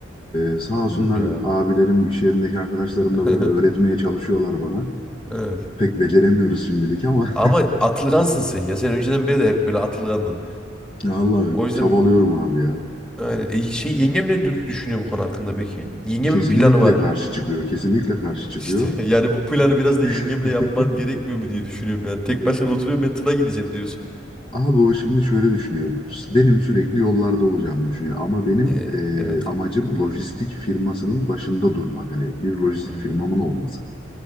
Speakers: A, on the left; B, in the centre.
A: Ee, sağ
B: Bilmiyorum
A: olsunlar
B: ya.
A: abilerim, iş yerindeki arkadaşlarım
B: <laughs>
A: da böyle öğretmeye çalışıyorlar bana.
B: Evet.
A: Pek beceremiyoruz şimdilik ama
B: Ama atılgansın sen ya. Sen önceden beri de hep böyle atılgandın.
A: <laughs> vallahi
B: O yüzden
A: çabalıyorum abi ya.
B: aynen. E, şey yengem ne dür- düşünüyor bu konu hakkında peki? Yengemin
A: Kesinlikle
B: planı var mı?
A: karşı çıkıyor, kesinlikle karşı çıkıyor.
B: İşte <laughs> yani bu planı biraz da yengemle
A: <laughs>
B: yapman gerekmiyor mu diye düşünüyorum yani. Tek başına oturuyorum ben tıra gideceğim diyorsun.
A: Abi o şimdi şöyle düşünüyor. Benim sürekli yollarda olacağımı düşünüyor. Ama benim
B: E,
A: eee,
B: evet.
A: amacım lojistik firmasının başında durmak. Hani bir lojistik
B: Hmm.
A: firmamın olması.